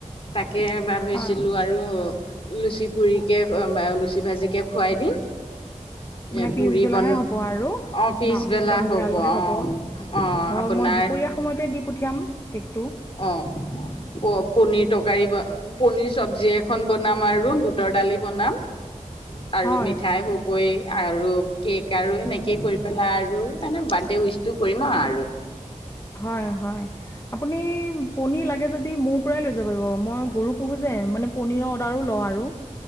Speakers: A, on the left; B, on the left.
A: তাকে বান্ধিছিলোঁ
B: হয়
A: আৰু লুচি পুৰিকে বা লুচি ভাজিকে খুৱাই দিম।
B: মানে
A: এ
B: পিছবেলাহে
A: পুৰি বন
B: হ'ব আৰু।
A: অ পিছবেলা
B: ন সন্ধিয়ালৈ হ'ব
A: অ
B: ধৰক
A: অ আপোনাৰ
B: মই দুপৰীয়া সময়তে দি পঠিয়াম কেকটো।
A: অঁ, প পনীৰ তৰকাৰী পনিৰ চবজি এখন বনা নামাৰু বুটৰ দালি বনাম আৰু
B: হয়
A: মিঠাই হওক বই আৰু কেক আৰু এনেকেই কৰি পেলাই আৰু তাৰমানে বাৰ্থডে' উইচটো কৰিম আৰু।
B: হয়ঁ হয়ঁ। আপুনি পনীৰ লাগে যদি মোৰ পৰাই লৈ যাব পাৰিব মই গৰু পোহো যে মানে পনীৰৰ অৰ্ডাৰো লওঁ আৰু।